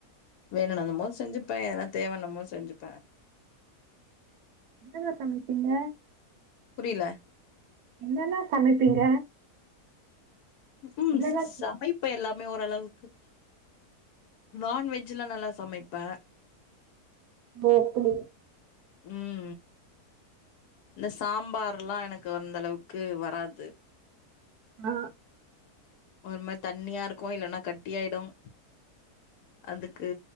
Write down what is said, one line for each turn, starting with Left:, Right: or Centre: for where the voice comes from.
Left: வேணுனுமோ செஞ்சுப்பே ஏதனா தேவானமோ செஞ்சுப்பே
Right: என்னங்க சமைப்பீங்க
Left: புரியல
Right: என்னன சமைப்பீங்க
Left: ம்
Right: என்னலா
Left: சமைப் ப்பே எல்லாமே ஓரளவுக்கு நான்வெஜ்லாம் நல்லா சமைப்பே
Right: மோக்குனி
Left: ம் இந்த சாம்பார்ல்லா எனக்கு அந்த அளவுக்கு வராது
Right: ஆ
Left: ஒரு மாரி தண்ணியாருக்கும் இல்லன்னா கட்டியாயிடும் அதுக்கு